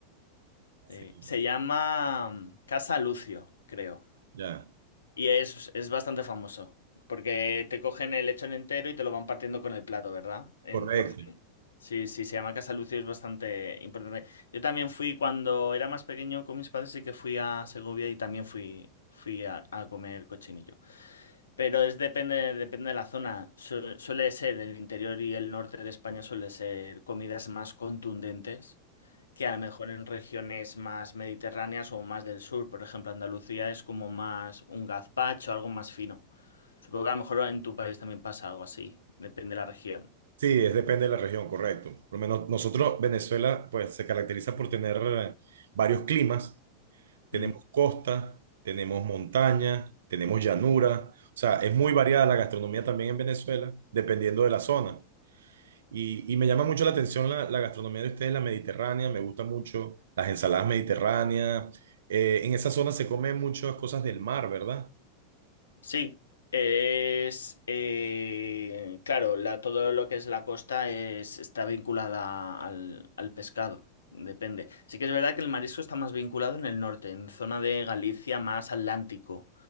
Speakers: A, on the left; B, on the right.
A: Sí.
B: Sí,
A: Se llama mm, Casa Lucio, creo.
B: ya,
A: Y es, es bastante famoso, porque te cogen el lechón entero y te lo van partiendo con el plato, ¿verdad? En
B: correcto.
A: porción. Sí, sí, se llama Casa Lucio, es bastante importante. Yo también fui cuando era más pequeño con mis padres, sí que fui a Segovia y también fui, fui a, a comer cochinillo. Pero es depende, depende de la zona. Su- suele ser el interior y el norte de España suele ser comidas más contundentes que a lo mejor en regiones más mediterráneas o más del sur, por ejemplo, Andalucía es como más un gazpacho, algo más fino. Supongo que a lo mejor en tu país también pasa algo así, depende de la región.
B: Sí, es depende de la región, correcto. Por lo menos nosotros, Venezuela, pues se caracteriza por tener eh, varios climas. tenemos
A: Mm.
B: costa, tenemos montaña, tenemos llanura. O sea, es muy variada la gastronomía también en Venezuela, dependiendo de la zona. Y, y me llama mucho la atención la, la gastronomía de ustedes, la mediterránea, me gusta mucho las ensaladas mediterráneas. Eh, en esa zona se comen muchas cosas del mar, ¿verdad?
A: Sí, es eh, claro, la, todo lo que es la costa es, está vinculada al, al pescado, depende. Sí que es verdad que el marisco está más vinculado en el norte, en zona de Galicia más atlántico,